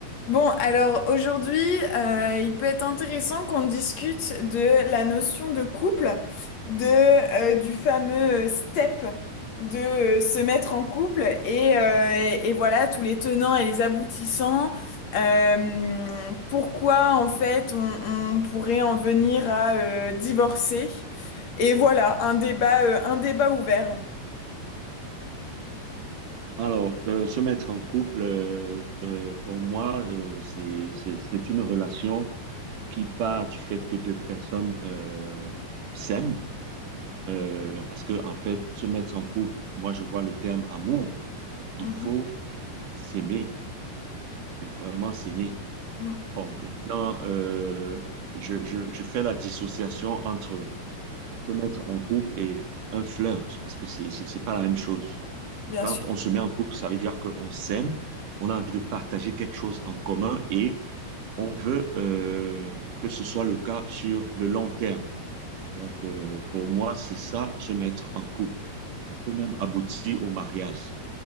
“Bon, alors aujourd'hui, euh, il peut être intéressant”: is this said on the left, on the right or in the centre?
Left